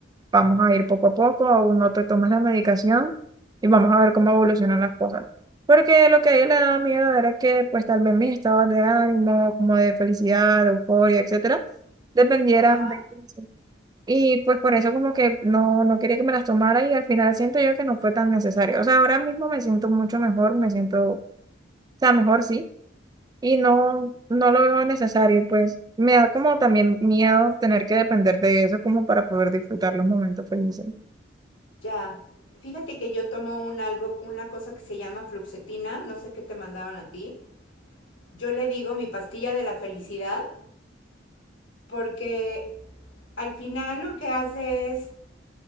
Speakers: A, on the right (about 20°); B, on the left (about 85°).
A: vamos a ir poco a poco, aún no te tomes la medicación y vamos a ver cómo evolucionan las cosas. Porque lo que a ella le daba miedo era que pues tal vez mis estados de ánimo, como de felicidad, de euforia, etcétera, dependieran
B: Ajá,
A: de eso. Y pues por eso como que no, no quería que me las tomara y al final siento yo que no fue tan necesario. O sea, ahora mismo me siento mucho mejor, me siento, o sea, mejor sí, y no, no lo veo necesario. Y pues me da como también miedo tener que depender de eso como para poder disfrutar los momentos felices.
B: ya. Fíjate que yo tomo un algo, una cosa que se llama fluxetina, no sé qué te mandaron a ti. Yo le digo mi pastilla de la felicidad, porque al final lo que hace es